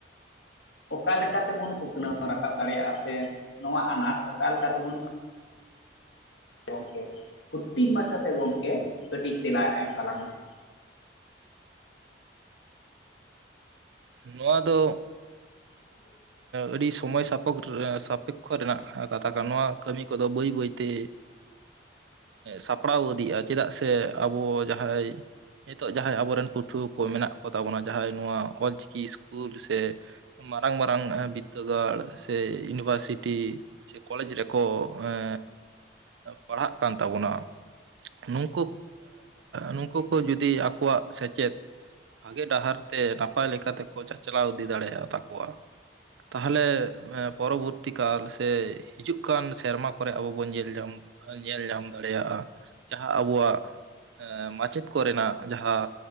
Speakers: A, on the left (about 80°); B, on the right (about 80°).
A: ᱚᱠᱟᱮ ᱞᱮᱠᱟᱛᱮᱵᱚᱱ ᱩᱛᱱᱟᱹᱣ ᱨᱟᱠᱟᱵ ᱫᱟᱲᱮᱭᱟᱜᱼᱟ ᱥᱮ, ᱱᱚᱣᱟ ᱟᱱᱟᱴ ᱚᱠᱟᱞᱮᱠᱟᱛᱮᱵᱩᱱ ᱜᱚᱢᱠᱮ ᱦᱩᱴᱤ ᱢᱟᱪᱷᱟᱛᱮ ᱜᱚᱢᱠᱮ ᱠᱟᱹᱴᱤᱡ ᱛᱮᱞᱟ ᱮᱢ ᱛᱟᱞᱟᱝ ᱢᱮ ᱾
B: ᱱᱚᱣᱟ ᱫᱚ,
A: <inaudible>
B: ᱟᱹᱰᱤ ᱥᱚᱢᱚᱭ ᱥᱟᱯᱟ ᱥᱟᱯᱮᱠᱷᱚ ᱨᱮᱱᱟᱜ ᱠᱟᱛᱷᱟ ᱠᱟᱱᱟ, ᱱᱚᱣᱟ ᱠᱟᱹᱢᱤ ᱠᱚᱫᱚ ᱵᱟᱹᱭ ᱵᱟᱹᱭᱛᱮ ᱥᱟᱯᱲᱟᱣ ᱤᱫᱤᱜᱼᱟ ᱪᱮᱫᱟᱜ ᱥᱮ ᱟᱵᱚ ᱡᱟᱦᱟᱭ ᱱᱤᱛᱚᱜ ᱡᱟᱦᱟᱸᱭ ᱟᱵᱚᱨᱮᱱ ᱯᱟᱹᱴᱷᱩᱣᱟᱹ ᱠᱚ ᱢᱮᱱᱟᱜ ᱠᱚ ᱛᱟᱵᱚᱱᱟ ᱡᱟᱦᱟᱸᱭ ᱱᱚᱣᱟ ᱚᱞᱪᱤᱠᱤ ᱥᱠᱩᱞ ᱥᱮ ᱢᱟᱨᱟᱝ ᱢᱟᱨᱟᱝ ᱵᱤᱫᱽᱫᱟᱹᱜᱟᱲ ᱥᱮ, ᱤᱭᱩᱱᱤᱵᱷᱟᱨᱥᱤᱴᱤ ᱥᱮ ᱠᱚᱞᱮᱡᱽ ᱨᱮᱠᱚ, ᱮᱸ ᱯᱟᱲᱦᱟᱜ ᱠᱟᱱ ᱛᱟᱵᱚᱱᱟ ᱾ ᱱᱩᱠᱩ ᱱᱩᱠᱩ ᱠᱚ ᱡᱩᱫᱤ ᱟᱠᱚᱣᱟᱜ ᱥᱮᱪᱮᱫ ᱵᱷᱟᱜᱮ ᱰᱟᱦᱟᱨ ᱛᱮ ᱱᱟᱯᱟᱭ ᱞᱮᱠᱟᱛᱮᱠᱚ ᱪᱟᱪᱞᱟᱣ ᱤᱫᱤ ᱫᱟᱲᱮᱭᱟᱜ ᱛᱟᱠᱚᱣᱟ ᱾ ᱛᱟᱦᱚᱞᱮ ᱯᱚᱨᱚᱵᱚᱨᱛᱤ ᱠᱟᱞ ᱥᱮ ᱦᱤᱡᱩᱜ ᱠᱟᱱ ᱥᱮᱨᱢᱟ ᱠᱚᱨᱮ ᱟᱵᱚ ᱵᱚᱱ ᱧᱮᱞ ᱧᱟᱢ ᱧᱮᱞ ᱧᱟᱢ ᱫᱟᱲᱮᱭᱟᱜ-ᱟ᱾ ᱡᱟᱦᱟᱸ ᱟᱵᱚᱣᱟᱜ ᱢᱟᱪᱮᱫ ᱠᱚᱨᱮᱱᱟᱜ ᱡᱟᱦᱟᱸ